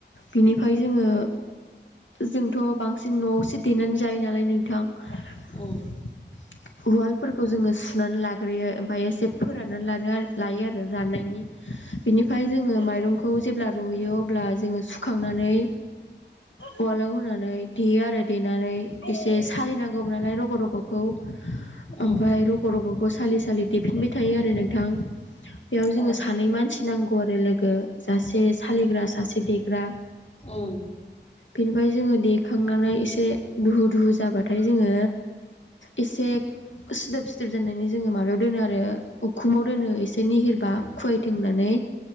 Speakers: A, on the left; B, on the left.
A: बिनिफ्राय जोङो जोंथ बांसिन न'आवसो देनानै जायो नालाय नोंथां उवाल
B: उम
A: जोङो सुनानै लाग्रोयो ओमफ्राय एसे फोराननानै लायो आरो जानायनि बेनिफ्राय जोङो माइरंखौ जेब्ला रुयो अब्ला जोङो सुखांनानै उवालाव होनानै देयो आरो देनानै एसे सालिनांगौ गौालाय रग रगखौ ओमफ्राय
B: उम
A: रग रग खौ सालि सालि देफिनबाय थायो आरो नोंथां बेयाव जोङो
B: औ
A: सानै मानसि नांगौ आरो लोगो सासे सालिग्रा सासे देग्रा
B: उम
A: बेनिफ्राय जोङो दे देखांनानै एसे दुहु दुहु जाबाथाय फ्राय जोङो एसे सिदोब सिदोब जानायनि जोङो माबायाव दोनो आरो उखुब माव दोनो एसे निहिरबा खुवायथों होननानै